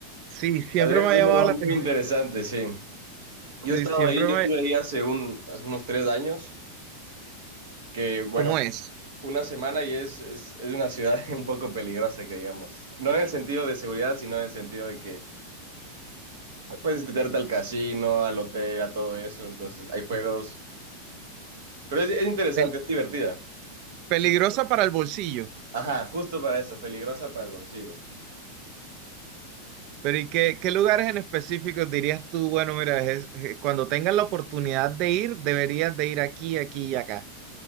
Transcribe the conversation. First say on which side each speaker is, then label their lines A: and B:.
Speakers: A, on the right; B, on the right.
A: Sí, siempre
B: Las Vegas
A: me
B: es
A: ha
B: un
A: llamado
B: lugar
A: la
B: muy interesante, sí. Yo
A: atención,
B: he estado
A: siempre
B: ahí, yo
A: me...
B: estuve ahí hace, un, hace unos tres años, que bueno,
A: ¿Cómo
B: fue
A: es?
B: una semana y es, es, es una ciudad <laughs> un poco peligrosa, que digamos. No en el sentido de seguridad, sino en el sentido de que puedes meterte al casino, al hotel, a todo eso, entonces hay juegos. Pero es, es interesante,
A: Pel-
B: es divertida.
A: peligrosa
B: Sí.
A: para el bolsillo.
B: Ajá, justo para eso, peligrosa para el bolsillo.
A: Pero ¿y qué, qué lugares en específico dirías tú, bueno, mira, es- es- cuando tengas la oportunidad de ir, deberías de ir aquí, aquí y acá?